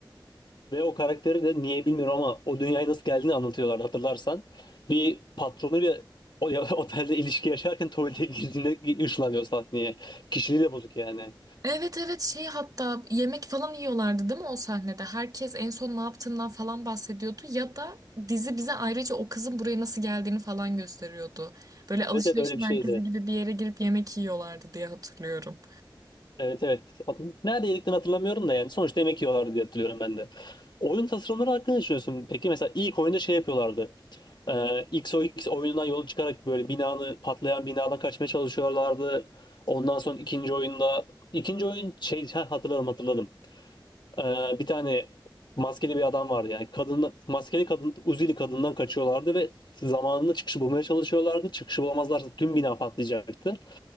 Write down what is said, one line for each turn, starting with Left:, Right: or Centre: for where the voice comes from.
Left: Ve o karakteri de niye bilmiyorum ama o dünyaya nasıl geldiğini anlatıyorlardı hatırlarsan. Bir patronuyla o ya- <laughs> otelde ilişki yaşarken tuvalete girdiğinde ışınlanıyor sahneye. Kişiliği de bozuk yani.
Right: Evet evet şey hatta yemek falan yiyorlardı değil mi o sahnede? Herkes en son ne yaptığından falan bahsediyordu. Ya da dizi bize ayrıca o kızın buraya nasıl geldiğini falan gösteriyordu. Böyle
Left: Evet
Right: alışveriş
Left: evet öyle
Right: merkezi
Left: bir şeydi.
Right: gibi bir yere girip yemek yiyorlardı diye hatırlıyorum.
Left: Evet evet. Nerede yediklerini hatırlamıyorum da yani sonuçta yemek yiyorlardı diye hatırlıyorum ben de. Oyun tasarımları hakkında ne düşünüyorsun? Peki mesela ilk oyunda şey yapıyorlardı. Ee, XOX oyundan yola çıkarak böyle binanı patlayan binadan kaçmaya çalışıyorlardı. Ondan sonra ikinci oyunda ikinci oyun şey <laughs> ha, hatırladım hatırladım. Ee, bir tane maskeli bir adam vardı yani kadın maskeli kadın Uzili kadından kaçıyorlardı ve zamanında çıkışı bulmaya çalışıyorlardı. Çıkışı bulamazlarsa tüm bina patlayacaktı.